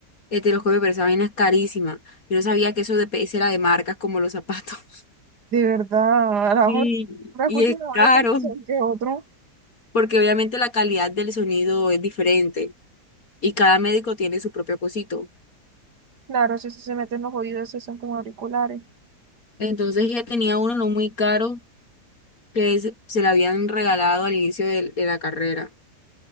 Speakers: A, on the left; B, on the right.
A: Eteroscopio, pero esa vaina es carísima. Yo no sabía que eso de PS era de marcas como los zapatos. <laughs>
B: De verdad, a lo mejor
A: Y,
B: no escucho
A: y es
B: mejor
A: caro,
B: que otro.
A: porque obviamente la calidad del sonido es diferente. y cada médico tiene su propio cosito.
B: Claro, si eso se mete en los oídos, esos son como auriculares.
A: Entonces ella tenía uno no muy caro que es- se le habían regalado al inicio del- de, la carrera,